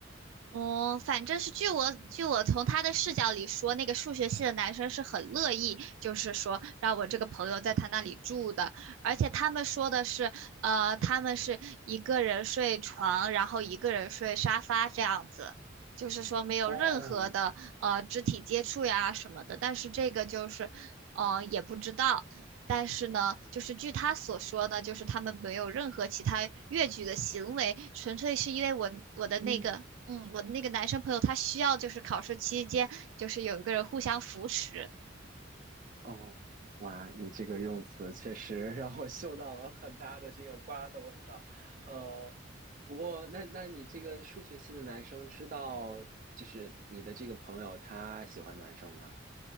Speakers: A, on the right (about 80°); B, on the right (about 45°).
A: 哦，反正是据我据我从他的视角里说，那个数学系的男生是很乐意，就是说让我这个朋友在他那里住的，而且他们说的是，呃，他们是一个人睡床，然后一个人睡沙发这样子，就是说没有任何的呃肢体接触呀什么的。
B: 哦，
A: 但是这个就是，呃，也不知道。但是呢，就是据他所说呢，就是他们没有任何其他越矩的行为，纯粹是因为我我的那个嗯，
B: 嗯。
A: 我的那个男生朋友他需要就是考试期间就是有一个人互相扶持。
B: 哦，哇，你这个用词确实让我嗅到了很大的这个瓜的味道。呃，不过那那你这个数学系的男生知道，就是你的这个朋友他喜欢男生吗